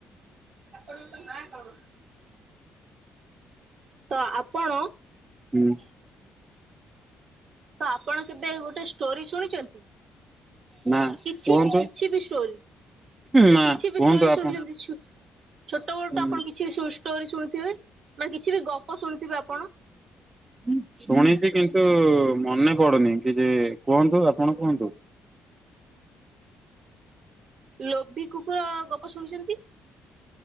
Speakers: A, on the right; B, on the right.
A: ଆପଣଙ୍କ ନାଁ କଣ? ତ ଆପଣ
B: ହୁଁ।
A: ତ ଆପଣ କେବେ ଗୋଟେ ଷ୍ଟୋରି ଶୁଣିଚନ୍ତି
B: ନା
A: କିଛି
B: କୁହନ୍ତୁ
A: ବି କିଛି ବି ଷ୍ଟୋରି।
B: ନା
A: କିଛି ବି
B: କୁହନ୍ତୁ
A: ଷ୍ଟୋରି
B: ଆପଣ
A: ଶୁଣିଚନ୍ତି ଛୁ ଛୋଟବେଳୁ
B: ହୁଁ
A: ତ ଆପଣ କିଛି ବି ଷୁ ଷ୍ଟୋରି ଶୁଣିଥିବେ ମାନେ କିଛି ବି ଗପ ଶୁଣିଥିବେ ଆପଣ?
B: ହ ଶୁଣିଚି କିନ୍ତୁ ମନେପଡୁନି କିଛିବି କୁହନ୍ତୁ ଆପଣ କୁହନ୍ତୁ।
A: ଲୋଭି କୁକୁର ଗପ ଶୁଣିଚନ୍ତି?